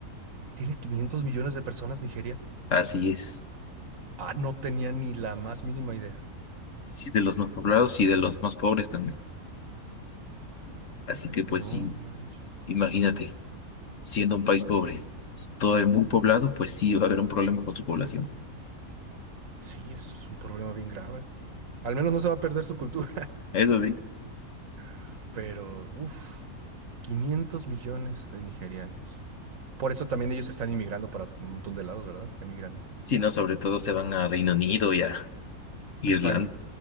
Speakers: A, on the right; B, on the left.
A: Tiene 500 millones de personas Nigeria.
B: Así es.
A: Ah, no tenía ni la más mínima idea.
B: Sí, es de los más poblados y de los más pobres también. Así que pues
A: No,
B: sí,
A: manches.
B: imagínate, siendo un país pobre, todo muy poblado, pues sí va a haber un problema con su población.
A: Sí, es un problema bien grave. Al menos no se va a perder su cultura,
B: Eso sí.
A: <laughs> pero uff, 500 millones de nigerianos. Por eso también ellos están inmigrando para un montón de lados, ¿verdad? Emigrando.
B: Sí, no, sobre todo se van a Reino Unido y a Irlanda,
A: España.